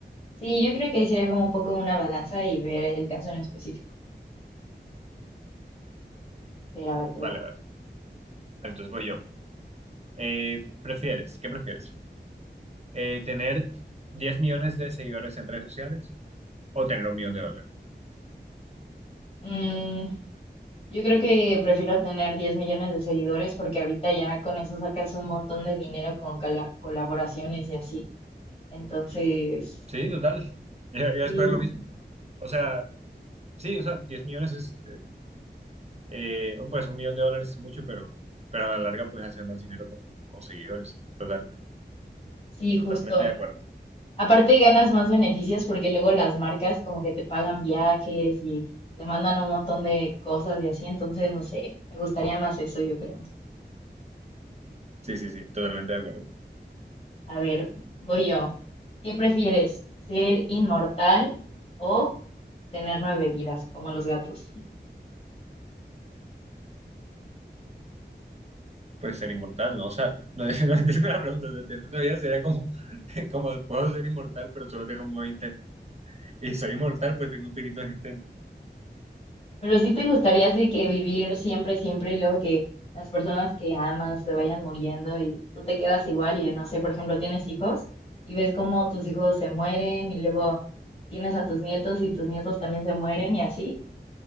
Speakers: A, on the left (about 35°); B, on the right (about 35°).
A: sí, yo creo que ahí sería como un poco una balanza y ver el caso en específico. Pero a ver, te
B: Vale,
A: va.
B: vale. Entonces voy yo. Eh, ¿prefieres? ¿Qué prefieres? Eh, ¿tener 10 millones de seguidores en redes sociales o tener un millón de dólares?
A: Mm, yo creo que prefiero tener 10 millones de seguidores porque ahorita ya con eso sacas un montón de dinero con cala- colaboraciones y así. Entonces,
B: Sí, total. <laughs> Yo voy
A: sí,
B: a escoger lo mismo. O sea, sí, o sea, 10 millones es, eh, oh, pues un millón de dólares es mucho, pero, pero a la larga puedes hacer más dinero con, con seguidores. Total,
A: sí, justo.
B: totalmente de acuerdo.
A: Aparte ganas más beneficios porque luego las marcas como que te pagan viajes y te mandan un montón de cosas y así. Entonces, no sé, me gustaría más eso, yo creo.
B: Sí, sí, sí, totalmente de acuerdo.
A: A ver, voy yo. ¿Qué prefieres? ¿Ser inmortal o tener nueve vidas, como los gatos?
B: Puedes ser inmortal, ¿no? O sea, no, <laughs> no entiendo la pregunta. O sea, tener una vida sería como, <laughs> como, puedo ser inmortal, pero solo tengo un nuevo intento. Y soy inmortal, pues tengo infinitos intentos.
A: Pero sí te gustaría así que vivir siempre, siempre y luego que las personas que amas se vayan muriendo y tú te quedas igual y no sé, por ejemplo, tienes hijos y ves cómo tus hijos se mueren y luego tienes a tus nietos y tus nietos también se mueren y así.